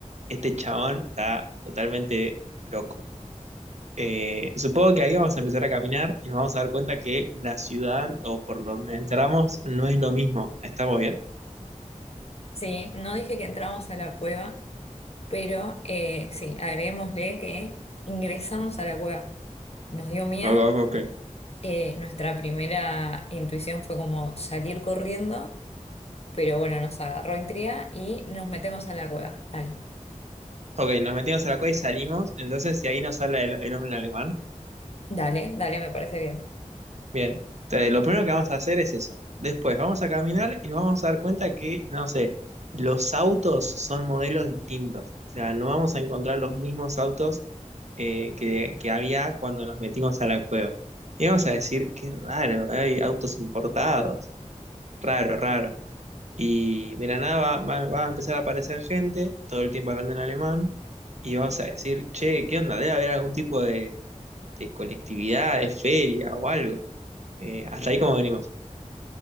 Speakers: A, on the right; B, on the left.
A: este chabón está totalmente loco. Eh, supongo que ahí vamos a empezar a caminar y nos vamos a dar cuenta que la ciudad o por donde entramos no es lo mismo. ¿Estamos bien?
B: Sí, no dije que entramos a la cueva, pero eh, sí, agreguémosle que ingresamos a la cueva. Nos dio miedo.
A: Ok, ok, ok.
B: eh, nuestra primera intuición fue como salir corriendo, pero bueno, nos agarró intriga y nos metemos a la cueva. Dale,
A: Ok, nos metimos a la cueva y salimos. Entonces, si ahí nos habla el, el hombre en alemán,
B: dale, dale, me parece bien.
A: Bien, te- lo primero que vamos a hacer es eso. Después vamos a caminar y vamos a dar cuenta que, no sé, los autos son modelos distintos. O sea, no vamos a encontrar los mismos autos eh, que, que había cuando nos metimos a la cueva. Y vamos a decir, qué raro, hay autos importados. Raro, raro. Y de la nada va, va- va a empezar a aparecer gente, todo el tiempo hablando en alemán, y vamos a decir, che, ¿qué onda? Debe haber algún tipo de, de colectividad, de feria o algo. Eh, hasta ahí como venimos.